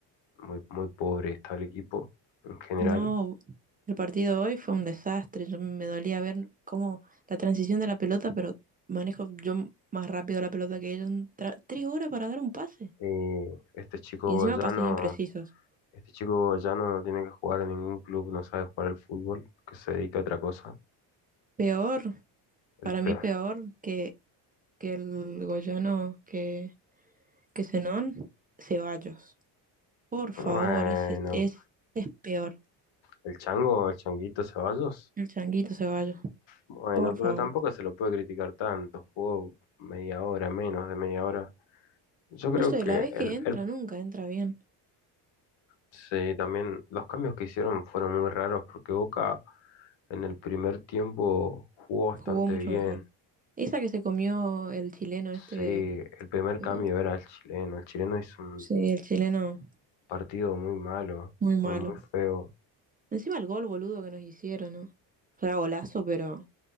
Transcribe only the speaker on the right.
No, el partido hoy fue un desastre. Yo me dolía ver cómo la transición de la pelota, pero manejo yo m- más rápido la pelota que ellos. Tra- tres horas para dar un pase.
Y encima
pases imprecisos.
Peor,
para
mí peor que, que el Goyano, que, que Zenón, Ceballos. Por favor,
ese, ese es peor.
El changuito Ceballos,
por
favor.
No sé,
la vez
que entra
nunca entra bien.
Jugó mucho
mejor. Esa que se comió el chileno este.
Eh,
sí, el chileno,
muy malo.
Encima el gol, boludo, que nos hicieron, ¿no? O sea, golazo, pero